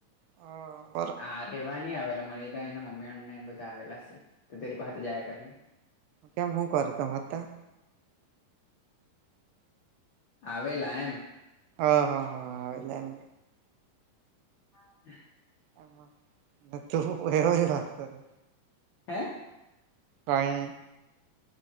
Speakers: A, on the right; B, on the left.
A: હા
B: આ ર રહેવા નહી આવેલા મળ તો એના મમ્મીને બધા આવેલા હ તો તે લોકો હાથે જયા કરે
A: કેમ હું કરે તમારે ત્યા
B: આવેલા એમ
A: હા હા હા હા એટલે એમ
B: હા
A: અહ <unintelligible> એવ વાત કરે
B: હે
A: કાંઇ નહી